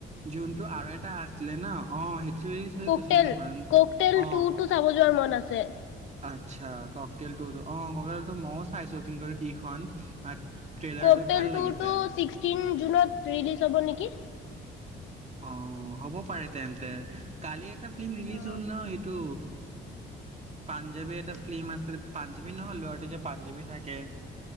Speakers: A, on the right; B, on the left.
A: যোনটো আৰু এটা আছিলে ন অ সেইটো ৰিলিজ হৈ
B: কোক
A: গৈছে
B: তেল
A: যোনটো বৰুণ
B: কোক তেল ুৰ
A: অ
B: তটো চাব যোৱাৰ মন আছে ছে
A: আচ্ছা ককটল টো অ ককটল টো মইও চাইছো কিন্তু ইখন ট্ৰেইলাৰটো
B: ককটল্
A: ভাল লাগিছে
B: টোতো চিস্কটিন জুনত ৰিলিজ হ'ব নেকি
A: অ হ'ব পাৰে তেন্তন্তে কালি এটা ফিল্ম ৰিলিজ
B: অ
A: হ'ল ন সেইটো পাঞ্জাবী এটা ফিল্ম আছিল পাঞ্জাবী নহয় লৰাটো যে পাঞ্জাৱী থাকে